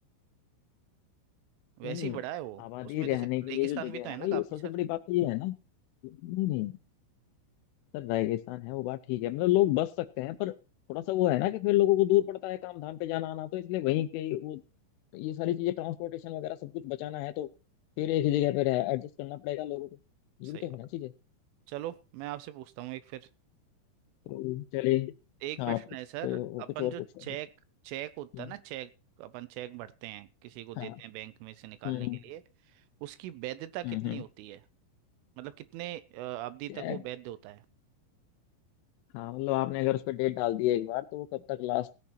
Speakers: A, on the right; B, on the left.
A: वैसे
B: नहीं
A: ही बड़ा है वो
B: आबादी
A: उसमें जैसे
B: रहने के
A: रेगिस्तान
B: लिए जो जगह
A: भी तो है
B: है
A: ना
B: भाई
A: काफी
B: सबसे
A: सर
B: बड़ी बात तो ये है ना नहीं नहीं सर रेगिस्तान है वो बात ठीक है मतलब लोग बस सकते हैं पर थोड़ा सा वो है ना कि फिर लोगों को दूर पड़ता है काम धाम पे जाना आना तो इसलिए वहीं के ही वो ये सारी चीजें ट्रांसपोर्टेशन वगैरह सब कुछ बचाना है तो फिर एक ही जगह पे रह एडजस्ट करना पड़ेगा लोगों को ये
A: सही
B: भी तो
A: बात
B: होना चाहिए
A: चलो मैं आपसे पूछता हूँ एक फिर
B: तो चलिए
A: एक
B: हाँ
A: प्रश्न
B: आप कुछ
A: है सर
B: कोई और-
A: अपन
B: कुछ और
A: जो
B: पूछ रहे
A: चेक
B: थे।
A: चेक होता
B: हम्म,
A: है ना चेक अपन चेक भरते हैं किसी को देते
B: हाँ
A: हैं बैंक में से निकालने
B: हम्म
A: के लिए उसकी वैधता कितनी
B: हम्म हम्म,
A: होती है मतलब कितने अ, अवधि
B: check।
A: तक वो वैध होता है
B: हाँ मतलब आपने अगर उस पर डेट डाल दी है एक बार तो वो कब तक लास्ट